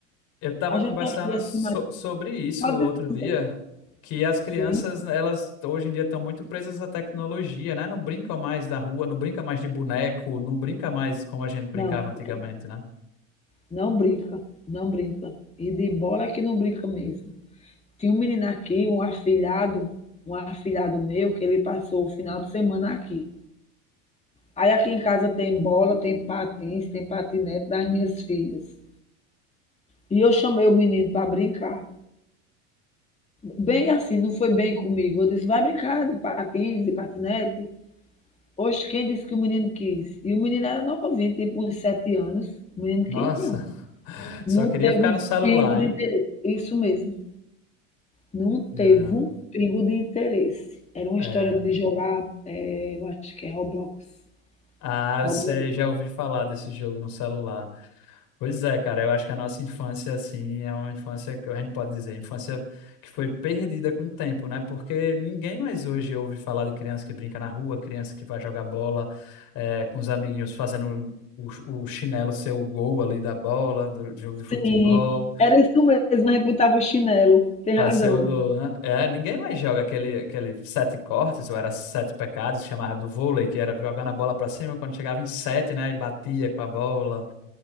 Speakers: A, on the left (about 60°); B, on the left (about 15°).
A: Eu tava
B: a
A: conversando
B: gente tá aqui acima.
A: so- sobre isso
B: Pode
A: outro dia,
B: dizer.
A: que as crianças,
B: Sim,
A: elas hoje em dia estão muito presas à tecnologia, né? Não brincam mais da rua, não brinca mais de boneco, não brinca mais como a gente brincava
B: não,
A: antigamente,
B: brinca não.
A: né?
B: Não brinca, não brinca. E de bola é que não brinca mesmo. Tinha um menino aqui, um afilhado, um afilhado meu, que ele passou o final de semana aqui. Aí aqui em casa tem bola, tem patins, tem patinete das minhas filhas. E eu chamei o menino para brincar. Bem assim, não foi bem comigo. Eu disse, vai brincar de patins e patinete. Hoje, quem disse que o menino quis? E o menino era novinho, tipo uns sete anos. O menino
A: Nossa,
B: quis, não.
A: <laughs> só
B: Não
A: queria
B: teve
A: ficar
B: um
A: no celular,
B: pingo de
A: hein?
B: interesse. Isso mesmo. Não teve
A: Não.
B: um pingo de interesse. Era uma
A: é.
B: história de jogar, eh, eu acho que é Roblox.
A: Ah,
B: Roblox.
A: você já ouviu falar desse jogo no celular. Pois é, cara, eu acho que a nossa infância, assim, é uma infância que a gente pode dizer, infância que foi perdida com o tempo, né? Porque ninguém mais hoje ouve falar de criança que brinca na rua, criança que vai jogar bola, eh, com os amiguinhos fazendo o, o chinelo ser o gol ali da bola, do jogo de futebol,
B: Sim, era isso mesmo. A gente botava o chinelo. Tem
A: pra
B: razão.
A: ser o gol, né? É, ninguém mais joga aquele, aquele sete cortes, ou era sete pecados, chamava do vôlei, que era jogando a bola pra cima, quando chegava em sete, né? E batia com a bola.